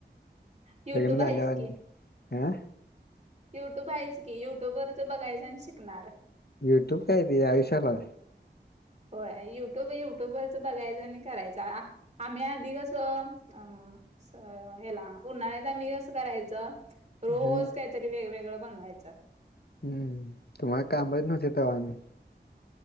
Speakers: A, on the right (about 40°); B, on the left (about 65°).
A: युट्यूब
B: लग्न झाल्यावर
A: आहेच की युट्यूब आहेयचं की युट्यूब वरच बघायचं आणि शिकणार.
B: युट्यूब काय र आयुष्याला?
A: होय युट्यूब युट्यूब वरच बघायचं आणि करायचं आम्ही आधी कसं अ स हेला उन्हाळ्यात आम्ही कसं करायचं. रोज
B: हम्म
A: कायतरी वेगवेगळं बनवायचं.
B: हम्म, तुम्हाला कामच नव्हती तवा आणि.